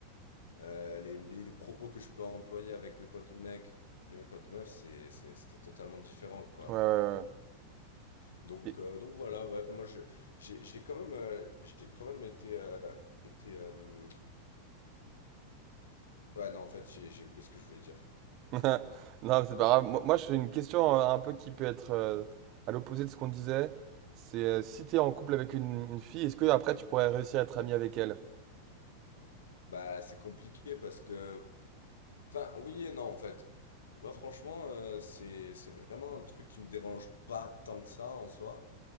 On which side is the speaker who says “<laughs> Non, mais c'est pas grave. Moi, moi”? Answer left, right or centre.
Right